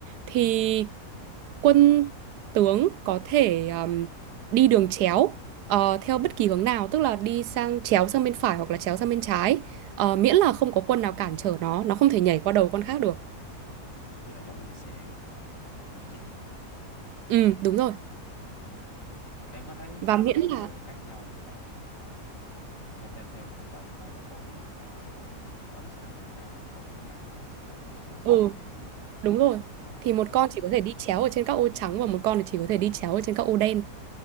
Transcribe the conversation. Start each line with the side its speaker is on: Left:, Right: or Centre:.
Right: thì quân tướng có thể um, đi đường chéo ờ, theo bất kỳ hướng nào tức là đi sang chéo sang bên phải hoặc là chéo sang bên trái Ờ, miễn là không có quân nào cản trở nó nó không thể nhảy qua đầu con khác được
Left: Ờ. Vậy là giống quân xe nhưng mà đi chéo
Right: ừ đúng rồi
Left: Ừ. Em có thấy hai
Right: và miễn
Left: quân
Right: là
Left: tượng khác nhau là một theo theo theo phân loại theo ô bài ô của bàn cờ hay là một ở nó sẽ nằm một cái nằm ở ô trắng và một cái nằm ở ô màu
Right: ừ
Left: đen thì
Right: đúng rồi
Left: ờ
Right: thì một
Left: kìa
Right: con chỉ có thể đi chéo ở trên các ô trắng và một con thì chỉ có thể đi chéo ở trên các ô đen